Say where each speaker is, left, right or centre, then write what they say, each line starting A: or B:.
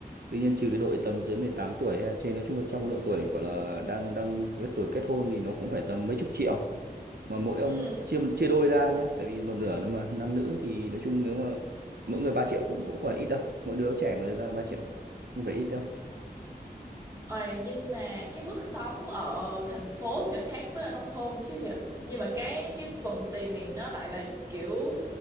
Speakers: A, on the right; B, on the right.
A: tuy nhiên trừ cái đội tầm dưới 18 tuổi hay là trên nói chung là trong cái độ tuổi gọi là đang đang cái tuổi kết hôn thì nó cũng phải tầm mấy chục triệu mà mỗi ông
B: ừ
A: chia chia đôi ra nhá tại vì một nửa nữa mà nam nữ thì nói chung nếu mà mỗi người 3 triệu cũng cũng phải ít đâu mỗi đứa trẻ mà được ra 3 triệu không phải ít
B: ôi, nhưng mà cái mức sống ở thành phố thì nó khác với ở nông thôn chứ nhỉ nhưng mà cái cái phần tiền này nó lại là kiểu